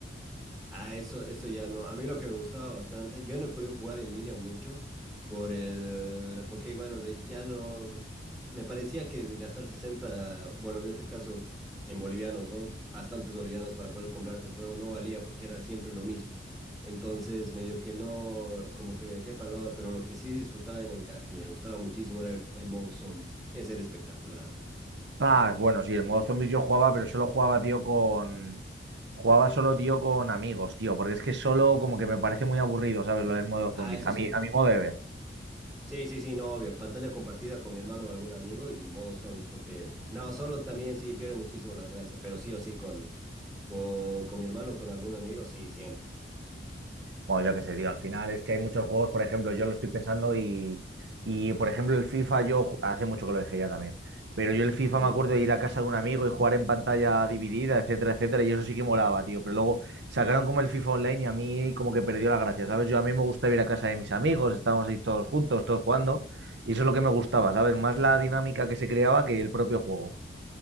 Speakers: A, in the centre; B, on the right.
A: Ah, eso, eso ya no. A mí lo que me gustaba bastante, yo no he podido jugar en línea mucho por el, porque bueno, de- ya no, me parecía que de gastar 60, bueno, en este caso en bolivianos, ¿no? Bastantes bolivianos para poder comprarte el juego no valía porque era siempre lo mismo. Entonces, medio que no, como que le dejé para la hora, pero lo que sí disfrutaba y me, enca- me gustaba muchísimo era el, el modo zombies. Ese era espectacular, bro.
B: Ah, bueno, sí, el modo zombies yo jugaba, pero solo jugaba, tío, con. Jugaba solo, tío, con amigos, tío, porque es que solo como que me parece muy aburrido, ¿sabes? Lo del modo
A: Ah,
B: zombies,
A: eso
B: a
A: sí.
B: mí, a mi modo de ver.
A: Sí, sí, sí, no, obvio. Pantalla compartida con mi hermano o algún amigo y modo zombies, porque no, solo también sí pierde muchísimo las gracias, pero sí o sí con, con, con mi hermano o con algún amigo, sí, siempre.
B: Bueno, yo qué sé, tío, al final es que hay muchos juegos, por ejemplo, yo lo estoy pensando y, y, por ejemplo, el FIFA, yo ju- hace mucho que lo dejé ya también, pero yo el FIFA
A: Y
B: me acuerdo de ir a casa de un amigo y jugar en pantalla dividida, etcétera, etcétera, y eso sí que molaba, tío, pero luego sacaron como el FIFA Online y a mí como que perdió la gracia, ¿sabes? Yo a mí me gusta ir a casa de mis amigos, estábamos ahí todos juntos, todos jugando, y eso es lo que me gustaba, ¿sabes? Más la dinámica que se creaba que el propio juego.